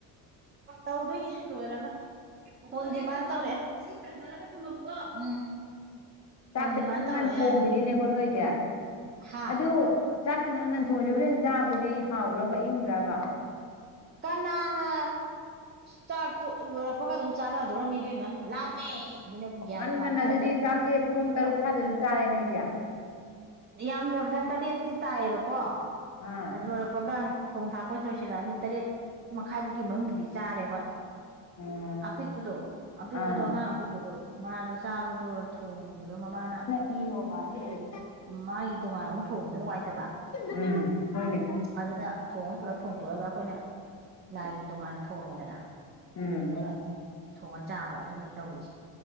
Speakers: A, on the right; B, on the left.
A: ꯇꯧꯗꯣꯏꯅꯤ ꯂꯣꯏꯔꯒ ꯐꯣꯟ ꯗꯤꯃꯥꯟ ꯇꯧꯔꯛ ꯑꯦ ꯎꯝ
B: ꯆꯥꯛꯁꯦ
A: ꯐꯣꯟ ꯗꯤꯃꯥꯟ
B: ꯉꯟ
A: ꯇꯧꯔꯛꯑꯦ
B: ꯉꯟ ꯊꯣꯡꯕꯅꯤꯅꯦ
A: ꯑꯗꯨꯒꯤꯅꯤ
B: ꯀꯣ ꯅꯣꯏꯁꯦ
A: ꯍꯥꯥ
B: ꯑꯗꯨ ꯆꯥꯛꯁꯦ ꯉꯟ ꯉꯟ ꯊꯣꯡꯏꯁꯦ ꯍꯣꯔꯦꯟ ꯆꯥꯕꯗꯗꯤ ꯍꯥꯎꯕ꯭ꯔꯕ ꯏꯪꯗ꯭ꯔꯥꯕ
A: ꯀꯅꯥꯅ ꯆꯥꯛꯇꯣ ꯂꯣꯏꯔꯛꯄꯒ ꯑꯗꯨꯝ ꯆꯥꯅꯗꯔꯝꯅꯤ ꯏꯕꯦꯝꯃ
B: ꯑꯁ
A: ꯁꯤꯅꯕꯨ ꯒ꯭ꯌꯥꯟ
B: ꯉꯟ
A: ꯇꯥꯕꯖꯥꯠ
B: ꯉꯟꯅ
A: ꯅꯠꯇꯦ
B: ꯑꯗꯨꯗꯤ ꯆꯥꯛꯁꯦ ꯄꯨꯡ ꯇꯔꯨꯛ ꯁ꯭ꯋꯥꯏꯗ ꯑꯗꯨꯝ ꯆꯥꯔꯦ ꯅꯣꯏꯁꯦ
A: ꯌꯥꯝꯗ꯭ꯔꯕꯗ ꯇꯔꯦꯠꯇꯤ ꯇꯥꯏꯌꯦꯕꯀꯣ
B: ꯑꯥ
A: ꯂꯣꯏꯔꯛꯄꯒ ꯊꯣꯡ ꯊꯥꯛ ꯄꯣꯠ ꯁꯨ ꯂꯣꯏꯁꯤꯜ ꯂꯛꯑꯅꯤ ꯇꯔꯦꯠ ꯃꯈꯥꯏ ꯐꯥꯎꯒꯤ ꯃꯅꯨꯡꯗꯗꯤ ꯆꯥꯔꯦ ꯈꯣꯏ
B: ꯎꯝ
A: ꯑꯄꯤꯛꯄꯗꯣ ꯑꯄꯤꯛꯄꯗꯣ
B: ꯑꯥ
A: ꯑꯉꯥꯡ ꯑꯄꯤꯛꯄꯗꯣ ꯃꯥꯗꯣ ꯆꯥꯕꯗꯣ ꯊꯣꯡꯕꯗꯣ ꯃꯃꯥꯅ
B: ꯏ ꯑꯣ ꯕꯁꯦ
A: ꯃꯥꯒꯤ ꯇꯣꯉꯥꯟꯅ ꯑꯃꯨꯛ ꯊꯣꯡꯕꯁꯨ ꯅꯨꯡꯉꯥꯏꯇꯕ
B: ꯎꯝ ꯍꯣꯏꯅꯦ
A: ꯑꯗꯨꯅ ꯊꯣꯡꯉ ꯄꯨꯂꯞ ꯊꯣꯡꯇꯣꯛꯑꯒ ꯑꯩꯈꯣꯏꯅ ꯂꯥꯏꯒꯤ ꯇꯣꯉꯥꯟꯅ ꯊꯣꯡꯉꯦꯗꯅ
B: ꯎꯝ
A: ꯑꯗꯨꯒ ꯊꯣꯡꯉ ꯆꯥꯕ ꯑꯗꯨꯅꯤ ꯇꯧꯔꯤꯁꯦ